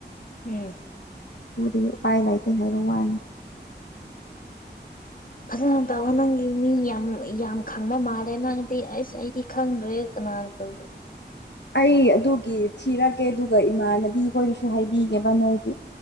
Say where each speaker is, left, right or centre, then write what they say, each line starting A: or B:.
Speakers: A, on the left (about 50°); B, on the left (about 70°).
A: ꯎꯝ
B: ꯑꯗꯨꯗꯒꯤ ꯎꯄꯥꯏ ꯂꯩꯇꯦ ꯍꯥꯏꯕ ꯋꯥꯅꯤ <inaudible>
A: ꯐꯖꯅ ꯇꯧꯋ ꯅꯪꯒꯤ ꯃꯤ ꯌꯥꯝ ꯌꯥꯝ ꯈꯪꯕ ꯃꯥꯜꯂꯦ ꯅꯪꯗꯤ ꯑꯩꯁ ꯑꯩꯗꯤ ꯈꯪꯗ꯭ꯔꯦ ꯀꯅꯣ ꯉ ꯀꯜꯒ
B: ꯑꯩ ꯑꯗꯨꯒꯤ ꯊꯤꯔꯛꯒꯦ ꯑꯗꯨꯒ ꯏꯃꯥꯟꯅꯕꯤꯈꯣꯏꯗꯁꯨ ꯍꯥꯏꯕꯤꯒꯦꯕ ꯅꯣꯏꯒꯤ